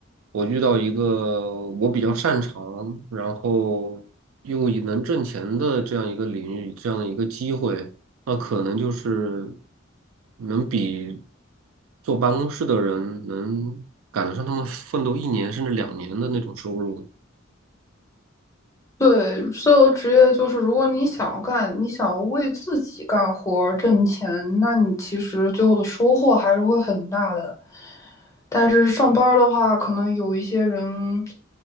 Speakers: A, on the right; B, on the left.
A: 我遇到一个我比较擅长，然后又以能挣钱的这样一个领域，这样的一个机会，那可能就是能比坐办公室的人能赶得上他们奋斗一年甚至两年的那种收入。
B: 对，所有职业就是，如果你想要干，你想要为自己干活挣钱，那你其实最后的收获还是会很大的。但是上班的话，可能有一些人